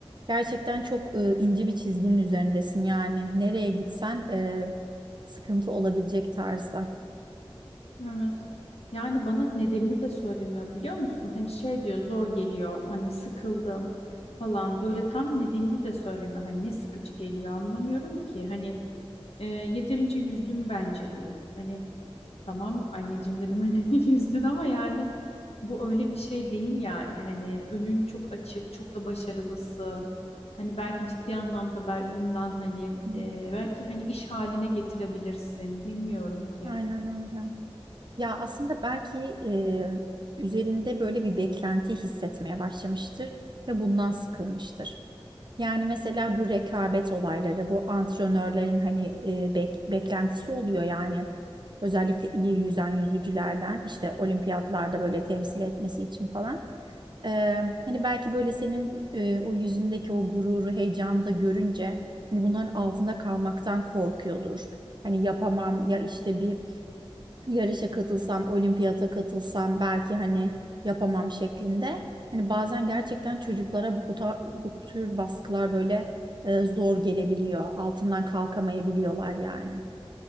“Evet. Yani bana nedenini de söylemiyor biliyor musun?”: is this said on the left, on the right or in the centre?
Left